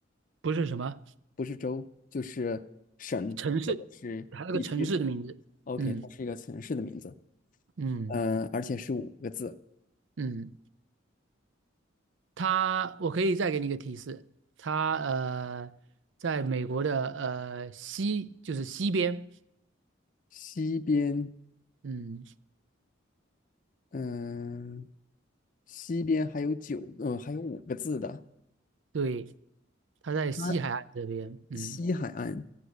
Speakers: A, on the right (about 70°); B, on the left (about 45°).
A: 不是什么
B: 不是州，就是省或者是地区。
A: 城市，它是个城市的名字，
B: OK，
A: 嗯
B: 它是一个城市的名字，
A: 嗯
B: 嗯、而且是五个字。
A: 嗯，它，我可以再给你一个提示，它呃，在美国的呃西，就是西边，
B: 西边，
A: 嗯，
B: 嗯、西边还有九，嗯、还有五个字的。
A: 对，它在西海岸这边，
B: 它
A: 嗯，
B: 西海岸